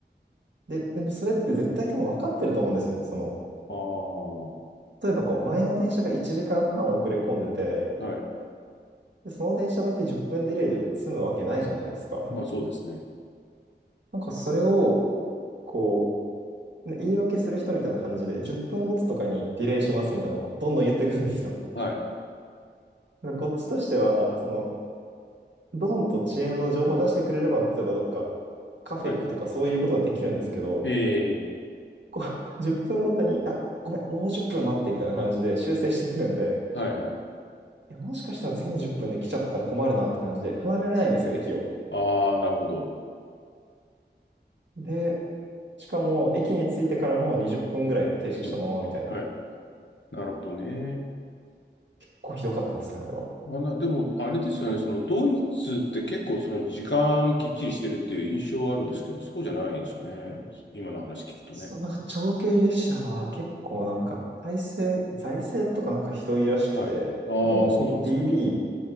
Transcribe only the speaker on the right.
で、でもそれって絶対多分分かってると思うんですよね。その、
例えばこう、前の電車が1時間半遅れ込んでて、
で、その電車だけ10分ディレイで済むわけないじゃないですか。
<laughs> なんかそれを、こう、ね言い訳する人みたいな感じで、10分ごととかにディレイしますみたいなのをどんどん言っていくんですよ。
だからこっちとしては、その、ドンと遅延の情報を出してくれれば、例えばどっかカフェ行くとかそういうことができるんですけど、
こう、10分ごとに、あ、ごめん、もう10分待ってみたいな感じで修正してくるんで、
いや、もしかしたら次の10分で来ちゃったら困るなって感じで、離れられないんですよ、駅を。
で、しかも、駅に着いてからもう20分ぐらい停車したままみたいな。
こうひどかったですね、あれは。
そう、なんか長距離列車は結構なんか、体制、財政とかなんかひどいらしくて、
あの、
DB、